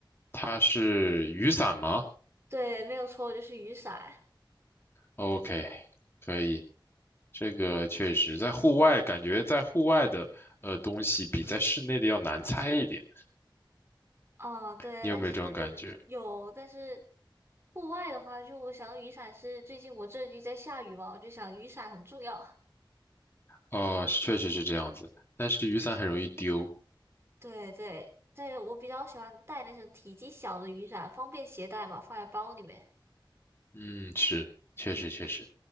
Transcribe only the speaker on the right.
对，没有错，就是雨伞。
哦，对，
但是有，但是户外的话，就我想雨伞是最近我这里在下雨嘛，我就想雨伞很重要。
对对对，我比较喜欢带那种体积小的雨伞，方便携带嘛，放在包里面。